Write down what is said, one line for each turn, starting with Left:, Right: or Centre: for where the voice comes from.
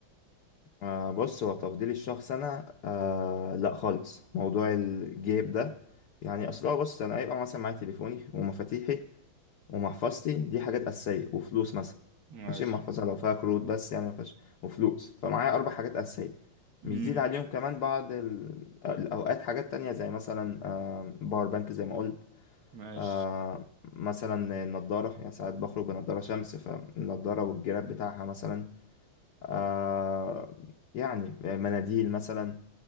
Left: آه بص هو تفضيلي الشخص انا آه لا خالص موضوع الجيب ده يعني اصلا بص انا هيبقى مثلا معايا تليفوني ومفاتيحي ومحفظتي دي حاجات أساسية وفلوس مثلا
Right: ماشي
Left: ماشي المحفظة لو فيها كروت بس يعني مفيهاش وفلوس فمعايا أربع حاجات أساسية بيزيد
Right: امم
Left: عليهم كمان بعض ال- الأوقات حاجات تانية زي مثلا آه، باور بانك زي ما قلت
Right: ماشي
Left: آه، مثلا النضارة يعني ساعات بخرج بنضارة شمس فالنضارة والجراب بتاعها مثلا آه، يعني مناديل مثلا